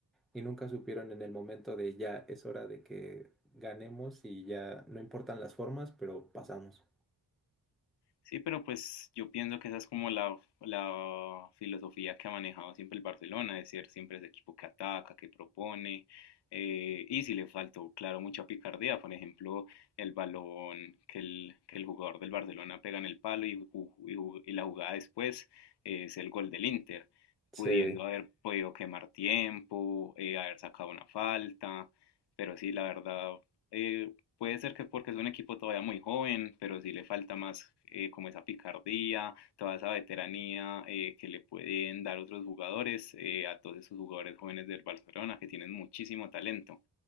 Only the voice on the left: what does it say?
Sí, pero pues yo pienso que esa es como la, la filosofía que ha manejado siempre el Barcelona, de ser siempre ese equipo que ataca, que propone. eh, y si le faltó, claro, mucha picardía, por ejemplo, el balón que el, que el jugador del Barcelona pega en el palo y, ju- y ju- y la jugada después eh, es el gol del Inter,
pudiendo haber podido quemar tiempo, eh, haber sacado una falta. Pero sí, la verdad, eh, Puede ser que porque es un equipo todavía muy joven, pero sí le falta más eh, como esa picardía, toda esa veteranía eh, que le pueden dar otros jugadores, eh, a todos esos jugadores jóvenes del Barcelona que tienen muchísimo talento,